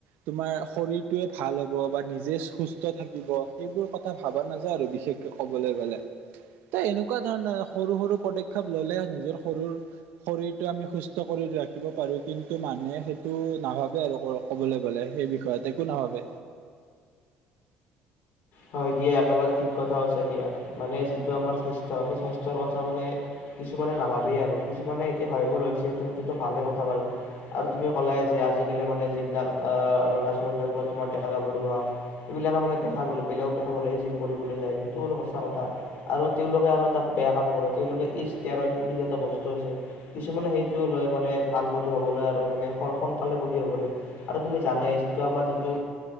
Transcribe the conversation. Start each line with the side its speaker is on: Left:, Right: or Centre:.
Right: তোমাৰ শৰীৰ টোৱে ভাল হ'ব বা নিজে সুস্থ থাকিব, সেইবোৰ কথা ভাবা নাযায় আৰু বিশেষকে কবলৈ গ'লে, ত' এনেকুৱা ধৰণৰ সৰু সৰু পদক্ষেপ ল'লে নিজৰ সৰুৰ শৰীৰটো আমি সুস্থ কৰি ৰাখিব পাৰোঁ। কিন্তু, মানুহে সেইটো নাভাবে আৰু ক'বলৈ গ'লে সেই বিষয়তে একো নাভাবে।
Left: হয় দিয়া। একেবাৰে ঠিক কথা কৈছা দিয়া। মানে, যিটো আমাৰ স্বাস্থ্য, সেই স্বাস্থ্যৰ কথা মানে কিছুমানে নাভাবেই আৰু, কিছুমানে এতিয়া ভাবিব লৈছেটো সেইটোতো ভালে কথা বাৰু, আৰু তুমি ক'লাই যে আজিকালি মানে যিবিলাক আ ল'ৰা ছোৱালী হওক বা তোমাৰ ডেকা গাভৰু হওক, সেইবিলাকে মানে দেখাবলৈ বেলেগক দেখাবলৈ জিম কৰিবলৈ যায়। সেইটো সঁচা কথা আৰু তেওঁলোকে আৰু এটা বেয়া কাম কৰে। তেওঁলোকে ইষ্টেৰইড বুলি যে, এটা বস্তু আছে, কিছুমানে সেইটো লৈ মানে ভাল বডি হ'বলৈ আৰু মানে, খুব সোনকালে বডি হ'বলৈ, আৰু তুমি জানে যিটো আমাৰ যিটো